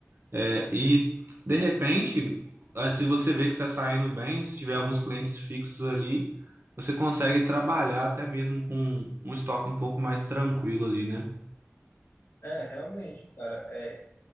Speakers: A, on the right (about 50°); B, on the left (about 65°).
A: É, e de repente, ah, se você vê que está saindo bem, se tiver alguns clientes fixos ali, você consegue trabalhar até mesmo com um estoque um pouco mais tranquilo ali, né?
B: É, realmente, cara. É,